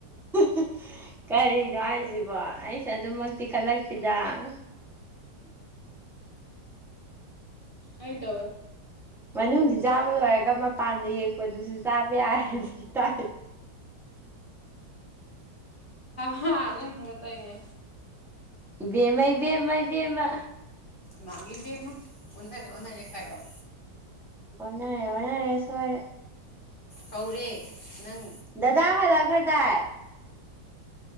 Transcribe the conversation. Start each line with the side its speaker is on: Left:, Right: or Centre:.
Centre: <inaudible> ꯀꯔꯤꯅꯣ ꯍꯥꯏꯁꯤꯕꯣ ꯑꯩꯁꯦ ꯑꯗꯨꯃꯛꯇꯤ ꯈꯜꯂꯛꯇꯦꯗ <inaudible>
Left: ꯍꯥꯏꯥꯏ ꯇꯋꯥ
Centre: ꯃꯅꯨꯡꯁꯤ ꯆꯥꯕ ꯂꯣꯏꯔꯒ ꯃꯄꯥꯟꯗ ꯌꯦꯛꯄꯗꯨꯁꯨ ꯆꯥꯕꯔ ꯇ
Left: ꯑ ꯅꯪ ꯈꯟꯒꯠꯇꯣꯏꯅꯦ
Centre: ꯕꯦꯃꯥꯏ ꯦꯝꯃꯥꯏ ꯕꯦꯝꯃ
Left: ꯃꯥꯒꯤꯕꯤꯦꯝ ꯑꯃ ꯑꯣ ꯀꯥꯣ
Centre: ꯑꯣꯟꯅꯔꯦ ꯑꯣꯟꯅꯔꯦ ꯁꯃꯔꯦ
Left: ꯀꯧꯔꯦ ꯅꯪ
Centre: ꯗꯗꯥ ꯍꯥꯂ ꯈꯗꯥꯑ